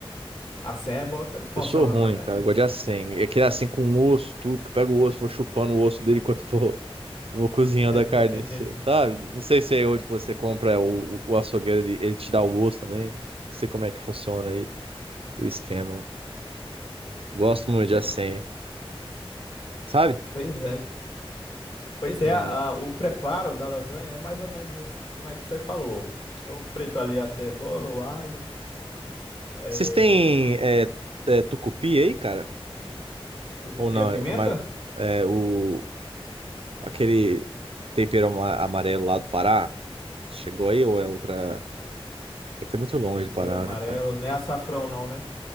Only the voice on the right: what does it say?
Eu sou ruim,
cara. Eu gosto de assim. É aquele assim com osso, tudo. Que pega o osso, vou chupando o osso dele enquanto vou, <laughs> vou cozinhando
a carne. assim, Sabe? Não sei se é onde que você compra o, o açougueiro, ele, ele te dá o osso também. Não sei como é que funciona aí o esquema. Gosto muito de
assim. Sabe?
Hum.
Vocês têm é, é, tucupi aí, cara?
Ou não?
É, ma- é, o, aquele tempero ama- amarelo lá do Pará? Chegou aí ou é outra? É que é muito
longe
do Pará,
né, cara?